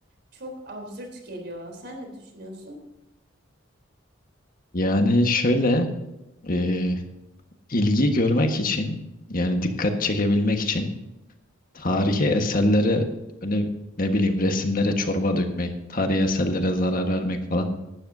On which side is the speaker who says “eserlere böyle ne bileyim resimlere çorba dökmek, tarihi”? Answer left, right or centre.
Left